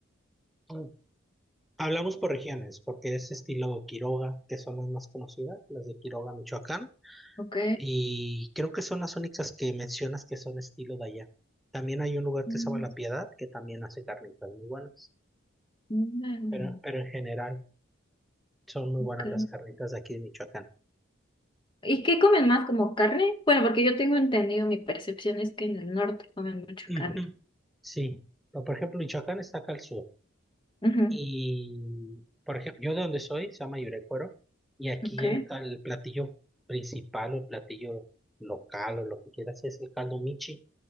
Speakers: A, in the centre; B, on the left (about 25°).
A: Mm. Hablamos por regiones, porque es estilo Quiroga, que son las más conocidas, las de Quiroga, Michoacán.
B: Ok.
A: Y creo que son las únicas que mencionas que son estilo de allá. También hay un lugar que
B: Mm,
A: se llama La Piedad, que también hace carnitas muy buenas.
B: ándale,
A: Pero, pero en general son muy buenas
B: ok.
A: las carnitas de aquí de Michoacán.
B: ¿Y qué comen más? ¿Como carne? Bueno, porque yo tengo entendido, mi percepción es que en el norte comen mucha
A: Ujú,
B: carne.
A: Sí, Pero, por ejemplo, Michoacán está acá al sur.
B: Ujú,
A: Y, por ejemplo, yo de donde soy, se llama Yurecuero, y aquí
B: Ok.
A: el, cal- el platillo principal o el platillo local o lo que quieras es el caldo michi,